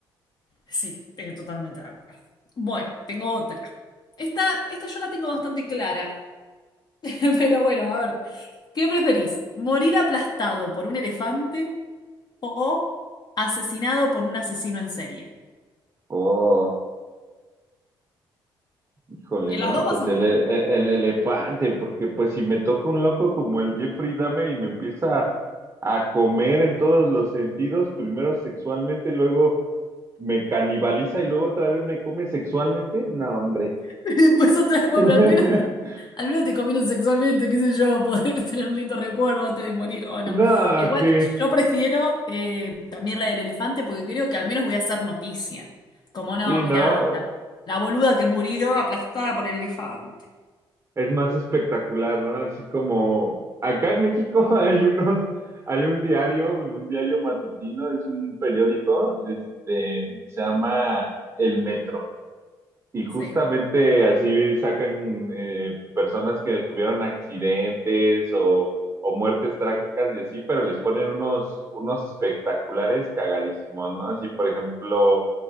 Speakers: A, on the left; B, on the right.
A: Sí, eh, totalmente de acuerdo. Bueno, tengo otra. Esta, esta yo la tengo bastante clara. <laughs> Pero bueno, a ver. ¿Qué preferís? ¿Morir aplastado por un elefante o asesinado por un asesino en serie?
B: Oh. Híjole,
A: En
B: no,
A: las dos
B: pues
A: vas a morir.
B: el, e- el elefante, porque pues si me toca un loco como el Jeffrey Dahmer y me empieza a, a comer en todos los sentidos, primero sexualmente, luego me canibaliza y luego otra vez me come sexualmente, no, hombre.
A: <laughs> Y Después otra vez, bueno, pero
B: <laughs>
A: al menos, te- al menos te comieron sexualmente, qué sé yo, poder <laughs> tener un lindo recuerdo antes de morir o no.
B: No,
A: Igual
B: que
A: yo prefiero eh, también la del elefante porque creo que al menos voy a hacer noticia. Como no,
B: sí, ¿no?
A: mirá, la, la boluda que murió aplastada por el elefante.
B: es más espectacular, ¿no? Así como acá en México <laughs> hay unos, hay un diario, un diario matutino, es un periódico, este, que se llama El Metro. Y justamente
A: Sí,
B: así sacan eh, personas que tuvieron accidentes o, o muertes trágicas y así, pero les ponen unos, unos espectaculares cagadísimos, ¿no? Así, por ejemplo,